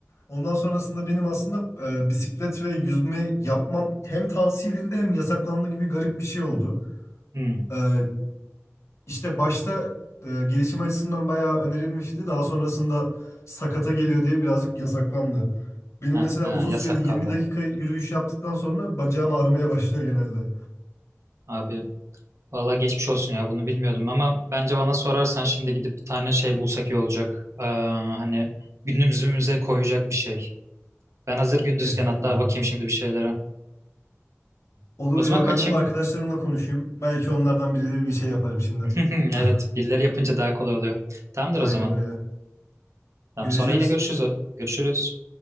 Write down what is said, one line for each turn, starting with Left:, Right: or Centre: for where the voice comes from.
Left: Ondan sonrasında benim aslında e, bisiklet ve yüzme yapmam hem tavsiye edildi hem yasaklandı gibi garip bir şey oldu.
Right: <laughs> Hmm.
Left: E, işte başta e, gelişim açısından bayağı önerilmişti. Daha sonrasında sakata geliyor diye birazcık yasaklandı. Benim
Right: Ha,
Left: mesela
Right: ha,
Left: uzun
Right: yasak
Left: süreli 20
Right: kaldı.
Left: dakika yürüyüş yaptıktan sonra bacağım ağrımaya başlıyor genelde.
Right: Abi valla geçmiş olsun ya bunu bilmiyordum ama bence bana sorarsan şimdi gidip bir tane şey bulsak iyi olacak. Ee, hani gündüzümüze koyacak bir şey. Ben hazır gündüzken
Left: Kesinlikle.
Right: hatta bakayım şimdi bir şeylere.
Left: Olur
Right: O zaman
Left: ya
Right: kaçayım.
Left: ben de bir arkadaşlarımla konuşayım. Belki onlardan biri bir şey yaparım şimdi.
Right: <laughs> Evet,
Left: <laughs>
Right: birileri yapınca daha kolay oluyor. Tamamdır
Left: Aynen
Right: o zaman.
Left: öyle.
Right: Tamam,
Left: Görüşürüz.
Right: sonra yine görüşürüz. Görüşürüz.